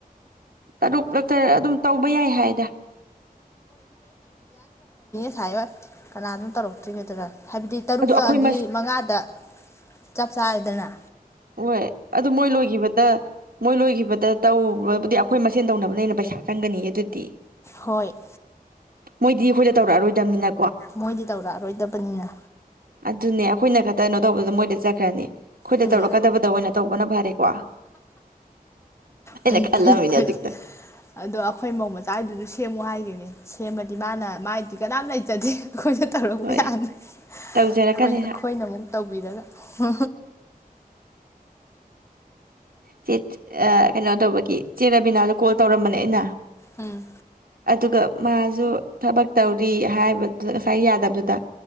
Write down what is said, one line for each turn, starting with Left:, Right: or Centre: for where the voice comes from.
Right: ꯇꯔꯨꯛ ꯇꯔ ꯑꯗꯨꯝ ꯇꯧꯕ ꯌꯥꯏ ꯍꯥꯏꯗ
Left: ꯍꯥꯏꯥꯏꯌꯣꯏ ꯀꯅꯥ ꯑꯗꯨꯝ ꯇꯧꯔꯛꯇ꯭ꯔꯤꯒꯦꯗꯨꯔꯥ ꯍꯥꯏꯕꯗꯤ ꯇꯔꯨꯛ
Right: ꯑꯗꯣ ꯑꯩꯈꯣꯏ
Left: ꯂ ꯑꯅꯤ
Right: ꯃꯁꯦ
Left: ꯃꯉꯥꯗ ꯆꯗꯅ
Right: ꯍꯣꯏ ꯑꯗꯨ ꯃꯣꯏ ꯂꯣꯏꯈꯤꯕꯗ ꯃꯣꯏ ꯂꯣꯏꯈꯤꯕꯗ ꯇꯧꯕꯕꯨꯗꯤ ꯑꯩꯈꯣꯏ ꯃꯁꯦꯟ ꯇꯧꯅꯕꯅꯦꯅ ꯄꯩꯁꯥ ꯆꯪꯒꯅꯤ ꯑꯗꯨꯗꯤ
Left: ꯍꯣꯏ
Right: ꯃꯣꯏꯗꯤ ꯑꯩꯈꯣꯏꯗ ꯇꯧꯔꯛꯑꯔꯣꯏꯗꯕꯅꯤꯅ
Left: ꯃꯣꯏꯗꯤ ꯇꯧꯔꯛꯑꯔꯣꯏꯗꯕꯅꯤꯅ
Right: ꯑꯗꯨꯅꯦ ꯑꯩꯈꯣꯏꯅ ꯈꯛꯇꯩꯅꯣ ꯇꯧꯕꯗ ꯃꯣꯏꯗ ꯆꯠꯈ꯭ꯔꯅꯤ ꯑꯩꯈꯣꯏꯗ
Left: ꯎꯝ
Right: ꯇꯧꯔꯛꯀꯗꯕꯗ ꯑꯣꯏꯅ ꯇꯧꯕꯅ ꯐꯔꯦꯀꯣ ꯑꯩꯅ
Left: ꯐꯩ
Right: ꯈꯜꯂꯝꯃꯤꯅꯦ
Left: ꯐꯩ ꯐꯩ
Right: ꯍꯧꯖꯤꯛꯇ
Left: ꯑꯗꯣ ꯑꯩꯈꯣꯏ ꯃꯧ ꯃꯆꯥꯗꯨꯁꯨ ꯁꯦꯝꯃꯨ ꯍꯥꯏꯈꯤꯕꯅꯦ ꯁꯦꯝꯃꯗꯤ ꯃꯥꯅ ꯃꯥꯏꯗꯤ ꯀꯅꯥꯝ ꯂꯩꯇꯗꯦ ꯑꯩꯈꯣꯏꯅ ꯇꯧꯔꯛꯄ
Right: ꯍꯣꯏ
Left: ꯌꯥꯅꯤꯦ
Right: ꯇꯧꯖꯔꯛꯀꯅꯤ
Left: ꯑꯩꯈꯣꯏꯅ ꯑꯩꯈꯣꯏꯅ ꯑꯃꯨꯛ ꯇꯧꯕꯤꯔꯒ ꯍ
Right: ꯆꯦ ꯀꯩꯅꯣ ꯇꯧꯕꯒꯤ ꯆꯦ ꯔꯕꯤꯅꯥꯗꯣ ꯀꯣꯜ ꯇꯧꯔꯝꯕꯅꯦ ꯑꯩꯅ
Left: ꯎꯝ
Right: ꯑꯗꯨꯒ ꯃꯥꯁꯨ ꯊꯕꯛ ꯇꯧꯔꯤ ꯍꯥꯏꯕꯗꯨ ꯉꯁꯥꯏ ꯌꯥꯗꯕꯗꯨꯗ